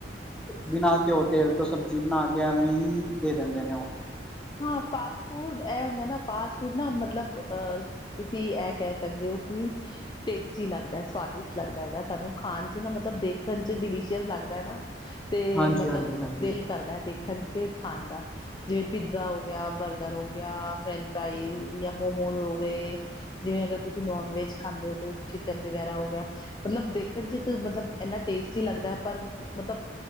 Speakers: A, in the centre; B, on the left (about 25°).
A: ਬਿਨਾ ਘਿਉ, ਤੇਲ ਤੋਂ ਸਬਜ਼ੀ ਬਣਾਕੇ ਐਵੇਂਹੀ, ਦੇ ਦਿੰਦੇ ਨੇ ਉਹ।
B: ਹਾਂ ਫਾਸਟ-ਫੂਡ ਐ ਹੁੰਦਾ ਨਾ, ਫਾਸਟ-ਫੂਡ ਨਾ ਮਤਲਬ, ਅ ਤੁਸੀਂ ਇਹ ਕਹਿ ਸਕਦੇ ਹੋ ਕਿ, ਟੇਸਟੀ ਲੱਗਦਾ, ਸਵਾਦਿਸ਼ਟ ਲੱਗਦਾ ਹੈਗਾ, ਸਾਨੂੰ ਖਾਣ'ਚ ਨਾ ਮਤਲਬ ਦੇਖ ਖਣ 'ਚ ਡਿਲੀਸ਼ੀਅਸ ਲੱਗਦਾ ਐ ਨਾ, ਤੇ
A: ਹਾਂਜੀ
B: ਮਤਲਬ
A: ਹਾਂਜੀ ਹਾਂਜੀ
B: ਦਿਲ ਕਰਦਾ ਦੇਖਣ ਕੇ, ਖਾਣ ਦਾ, ਜੇ ਪਿੱਜ਼ਾ ਹੋ ਗਿਆ, ਬਰਗਰ ਹੋ ਗਿਆ, ਫਰੈਂਚ-ਫਰਾਾਈਜ਼ ਯਾ ਮੋਮੋਜ਼ ਹੋ ਗਏ ਜਿਵੇਂ ਅਗਰ ਤੁਸੀਂ ਨੋਨ ਵੈਜ ਖਾਂਦੇ ਹੋ ਚਿਕਨ ਵਗੈਰਾ ਹੋ ਗਿਆ। ਮਤਲਬ ਦੇ ਦੇਖਣ ਚ' ਮਤਲਬ ਇੰਨਾ ਟੇਸਟੀ ਲੱਗਦਾ ਹੈ। ਪਰ ਮਤਲਬ